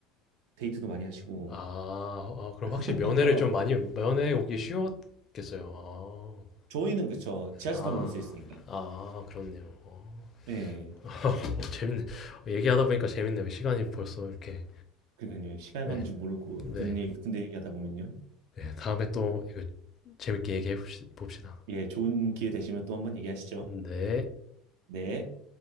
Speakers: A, on the right; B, on the left.
A: 데이트도 많이 하시고.
B: 아. 아 그럼
A: <laughs>
B: 확실히 면회를 좀 많이 면회 오기 쉬웠겠어요. 아.
A: 저희는 그쵸. 지하철
B: 아.
A: 타면 올 수 있으니까.
B: 아 그렇네요. 어.
A: 네.
B: <laughs> 어, 재밌네. 얘기하다 보니까 재밌네요. 시간이 벌써 이렇게
A: 그러니까요. 시간
B: 네.
A: 가는 줄 모르고
B: 네.
A: 군대 얘기- 군대 얘기하다 보면요.
B: 네, 다음에 또 이거 재밌게 얘기해 봅시- 봅시다.
A: 예, 좋은 기회 되시면 또 한번 얘기하시죠.
B: 네.
A: 네.